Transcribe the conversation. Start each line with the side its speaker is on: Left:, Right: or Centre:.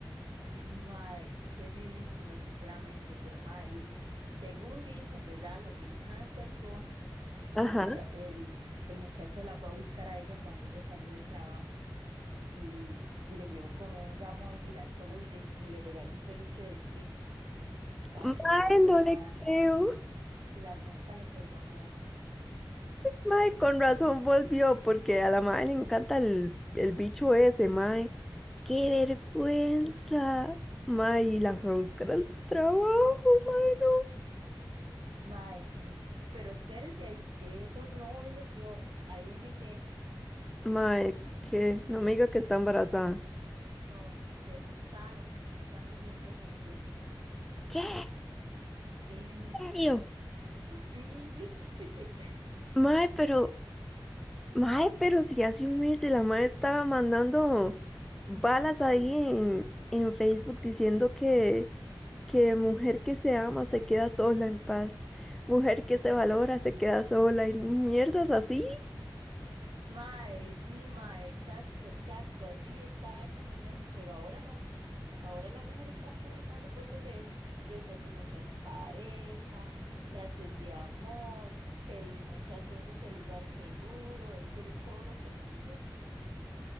Right: Sí, mae, qué ridículo, sinceramente, pero mae, di- según dicen, ¿verdad? Lo que dicen las personas,
Centre: Ajá.
Right: la mucha el, el muchacho la fue a buscar a ella cuando ella salió del trabajo y, y le llevó como un ramo de girasoles y le regaló un peluche de Stitch para
Centre: Mae,
Right: que lo perdonara
Centre: no le creo.
Right: y la tonta lo perdonó.
Centre: Mae, con razón volvió, porque a la mae le encanta el, el bicho ese, mae. ¡Qué vergüenza! Mae, y la fue a buscar al trabajo, mae,
Right: Mae, sí, pero espérese ahí, que eso no es lo peor. Ahí viene que
Centre: no. Mae, que no me diga que está embarazada.
Right: no, se juntaron y están viviendo juntos.
Centre: ¿Qué? ¿En
Right: Sí.
Centre: serio?
Right: Sí, <laughs>
Centre: Mae, pero, mae, pero si hace un mes la mae estaba mandando balas ahí en, en Facebook diciendo que, que mujer que se ama se queda sola en paz, mujer que se valora se queda sola y mierdas así.
Right: mae, sí, mae, exacto, exacto, así está hace unos meses, pero ahora no. Ahora la mujer está publicando fotos de desayunos en pareja, frases de amor, que el muchacho ese es el lugar seguro después de todo lo que le tiró.